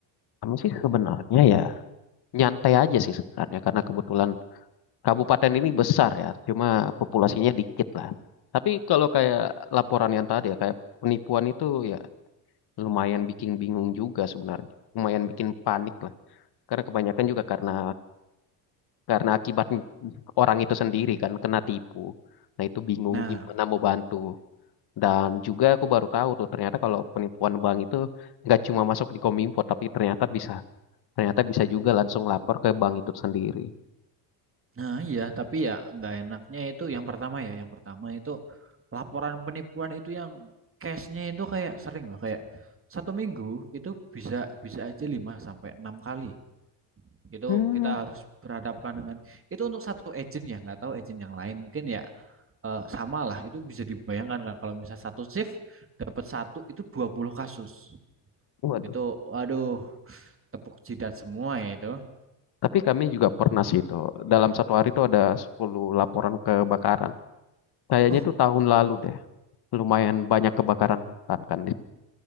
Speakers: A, on the left; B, on the right.
A: Kami sih sebenarnya ya nyantai aja sih sebenarnya karena kebetulan Kabupaten ini besar ya, cuma populasinya dikit lah. Tapi kalau kayak laporan yang tadi ya, kayak penipuan itu ya lumayan bikin bingung juga sebenarnya. Lumayan bikin panik lah. Karena kebanyakan juga karena karena akibat orang itu sendiri kan kena tipu. Nah itu bingung
B: Nah,
A: gimana mau bantu. Dan juga aku baru tahu tuh ternyata kalau penipuan bank itu nggak cuma masuk di Kominfo tapi ternyata bisa ternyata bisa juga langsung lapor ke bank itu sendiri.
B: nah iya tapi ya nggak enaknya itu yang pertama ya. Yang pertama itu laporan penipuan itu yang cashnya itu kayak sering loh kayak satu minggu itu bisa bisa aja 5 sampai 6 kali. itu
A: Hmm.
B: kita harus berhadapkan dengan itu untuk satu agent ya nggak tahu agent yang lain mungkin ya eh, sama lah itu bisa dibayangkan kan kalau misal satu shift dapat satu itu dua puluh kasus
A: Waduh.
B: itu aduh tepuk jidat semua ya itu
A: Tapi kami juga pernah sih itu. Dalam satu hari itu ada 10 laporan kebakaran. Kayaknya
B: oh
A: itu tahun lalu deh. Lumayan banyak kebakaran hutan kan.